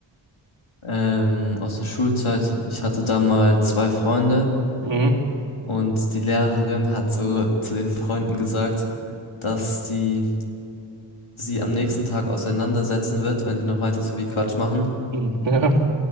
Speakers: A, on the left (about 80°); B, on the right (about 65°).
A: Ähm, aus der Schulzeit, ich hatte da mal zwei Freunde
B: Mhm.
A: und die Lehrerin hat so zu den Freunden gesagt, dass sie sie am nächsten Tag auseinandersetzen wird, wenn die noch weiter so viel Quatsch machen.
B: Mhm. Ja.